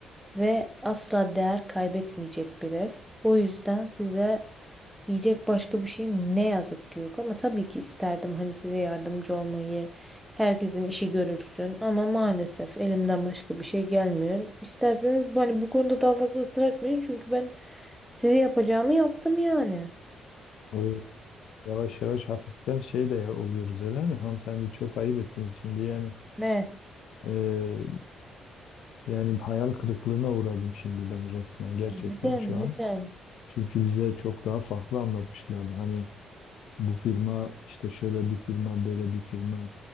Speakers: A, in the centre; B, on the left (about 75°).
A: ve asla değer kaybetmeyecek bir ev. O yüzden size Diyecek başka bir şeyim ne yazık ki yok ama tabii ki isterdim hani size yardımcı olmayı, herkesin işi görülsün ama maalesef elimden başka bir şey gelmiyor. İsterseniz bu- hani bu konuda daha fazla ısrar etmeyin çünkü ben size yapacağımı yaptım yani.
B: O yavaş yavaş hafiften şey de oluyoruz öyle mi? Hanımefendi çok ayıp ettiniz şimdi yani.
A: Ne?
B: eee, yani hayal kırıklığına uğradım şimdi ben resmen gerçekten
A: Yani Neden?
B: şu an.
A: Neden?
B: Çünkü bize çok daha farklı anlatmışlardı. Hani bu firma işte şöyle bir firma böyle bir firma